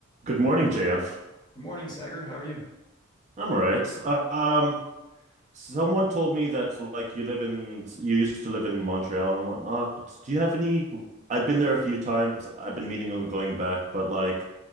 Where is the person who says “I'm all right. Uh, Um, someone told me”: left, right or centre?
Right